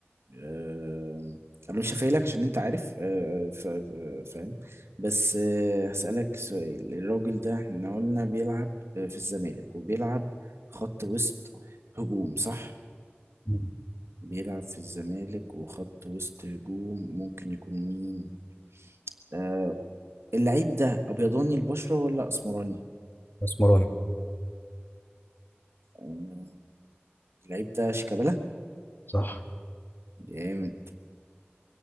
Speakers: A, on the right (about 90°); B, on the left (about 50°).
A: آه انا مش هفايلك عشان انت عارف آه ف- ف- فاهم بس آه هسألك سؤال الراجل ده احنا قلنا بيلعب آه، في الزمالك وبيلعب خط وسط هجوم صح
B: مم.
A: بيلعب في الزمالك وخط وسط هجوم ممكن يكون مين آه، اللعيب ده ابيضاني البشرة ولا اسمراني
B: مسمارون
A: آه، اللعيب ده شيكابالا
B: صح
A: جامد